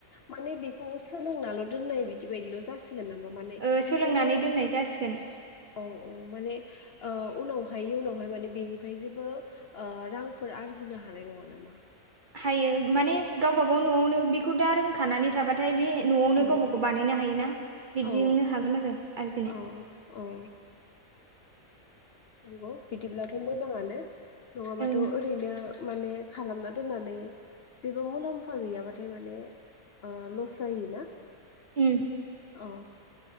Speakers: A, on the left (about 55°); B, on the right (about 45°).
A: माने बेखौ सोलोंनाल' दोननाय बिदि बायदिल' जासि गोन नामा
B: बेयाव सोलोंनानै
A: जेबो
B: दोननाय जासिगोन
A: औ औ माने ओ उनावहाय उनावहाय माने बेनिफ्राय जेबो रांफोर आरजिनो हानाय नङा नामा?
B: हायो माने गावबा गाव न'आवनो बेखौ दा रोंखानानै थाबाथाय बे न'आवनो
A: औ
B: गावबा
A: औ
B: गाव बानायनो हायोना बिदिनो
A: औ
B: हागोन आरो आरजिनो।
A: औ औ नंगौ बिदिब्लाथ' मोजाङानो नङाबाथ'
B: ओं
A: ओरैनो माने खालामना दोननानै जेबो मुलाम्फा गैयाबाथाय माने ओ लस जायोना
B: उम
A: औ